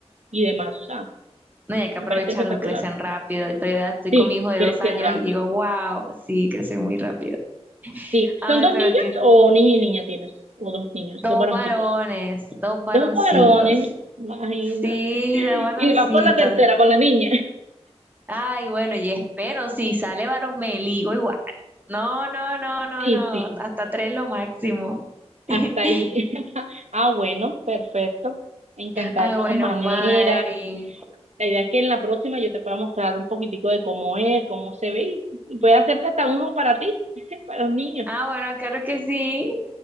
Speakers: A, on the right; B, on the right.
A: y demás. O sea,
B: No, y hay que
A: me
B: aprovecharlos,
A: parece espectacular.
B: crecen rápido. Y todavía estoy
A: Sí,
B: con mi hijo de
A: crecen
B: dos años
A: rápido.
B: y digo, wow, sí, crecen muy rápido.
A: Sí,
B: Ay,
A: ¿son dos
B: pero
A: niños
B: que
A: o niño y niña tienes? O dos niños,
B: dos
A: dos varoncitos.
B: varones, dos varoncitos.
A: Dos varones, imagínate.
B: Sí, dos varoncitos.
A: Y vas por la tercera, por la niña.
B: Ay, bueno, y espero, si sale varón, me ligo igual. No, no, no, no,
A: Sí,
B: no,
A: sí,
B: hasta tres lo máximo.
A: hasta
B: <laughs>
A: ahí. <laughs> Ah, bueno, perfecto. Encantada
B: Ah,
A: de
B: bueno,
A: todas maneras.
B: Mari.
A: La idea es que en la próxima yo te pueda mostrar un poquitico de cómo es, cómo se ve y y puede hacerte hasta uno para ti, <laughs> para los niños.
B: Ah, bueno, claro que sí.